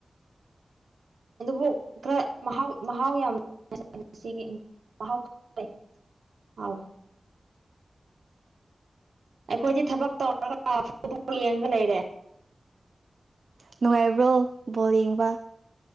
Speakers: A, on the right; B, on the right.
A: <unintelligible> ꯑꯩꯈꯣꯏꯗꯤ ꯊꯕꯛ ꯇꯧꯔꯒ ꯑꯥ ꯐꯨꯠ ꯕꯣꯜ ꯌꯦꯡꯉꯒ ꯂꯩꯔꯦ
B: ꯅꯨꯡꯉꯥꯏꯕ꯭ꯔꯣ ꯕꯣꯜ ꯌꯦꯡꯕ